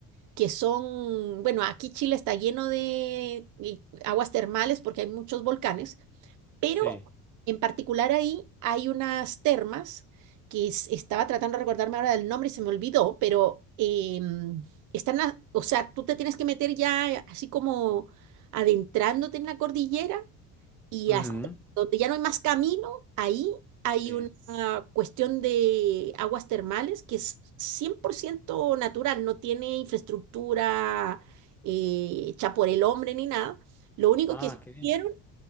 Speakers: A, on the right; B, in the centre.
A: que son, bueno, aquí Chile está lleno de eh, aguas termales porque hay muchos volcanes, pero
B: sí.
A: en particular ahí hay unas termas que es- estaba tratando de recordarme ahora del nombre y se me olvidó, pero em, están, a- o sea, tú te tienes que meter ya así como adentrándote en la cordillera y
B: Ujú,
A: hasta donde ya no hay más camino, ahí hay
B: Sí.
A: una cuestión de aguas termales que es 100% natural, no tiene infraestructura eh, hecha por el hombre ni nada. Lo único
B: Ah,
A: que
B: qué bien.
A: hicieron,